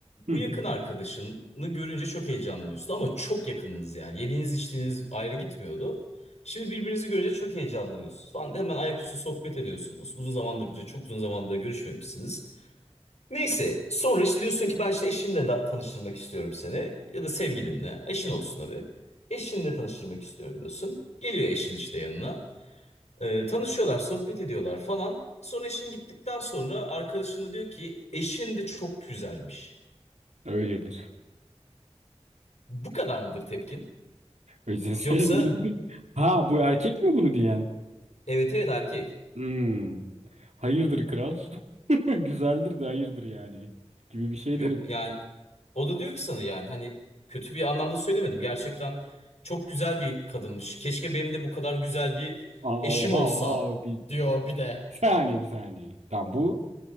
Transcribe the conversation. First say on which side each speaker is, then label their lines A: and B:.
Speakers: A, on the right (about 80°); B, on the left (about 75°).
A: Hı
B: Bu
A: hı.
B: yakın arkadaşını görünce çok heyecanlanıyorsun ama çok yakınınız yani. Yediğiniz içtiğiniz ayrı gitmiyordu. Şimdi birbirinizi görünce çok heyecanlanıyorsunuz falan. Hemen ayaküstü sohbet ediyorsunuz. Uzun zamandır, çok uzun zamandır görüşmemişsiniz. Neyse sonra işte diyorsun ki ben işte eşimle da tanıştırmak istiyorum seni. Ya da sevgilinle. Eşin olsun hadi. Eşinle tanıştırmak istiyorum diyorsun. Geliyor eşin işte yanına. Ee, tanışıyorlar, sohbet ediyorlar falan. Sonra eşin gittikten sonra arkadaşını diyor ki eşin de çok güzelmiş.
A: Öyledir.
B: Bu kadar mıdır tepkin?
A: O yüzden sevgilim.
B: Yoksa
A: <laughs> Ha bu erkek mi bunu diyen?
B: evet evet erkek.
A: Hmm. Hayırdır kral. <laughs> Güzeldir de hayırdır yani. Gibi bir şey
B: Yok
A: derim.
B: yani o da diyor ki sana yani hani kötü bir anlamda söylemedim. Gerçekten çok güzel bir kadınmış. Keşke benim de bu kadar güzel bir
A: Aa,
B: eşim
A: oha
B: olsa
A: oha. Bir,
B: diyor
A: bir saniye
B: bir de.
A: bir saniye. bir saniye. Tamam bu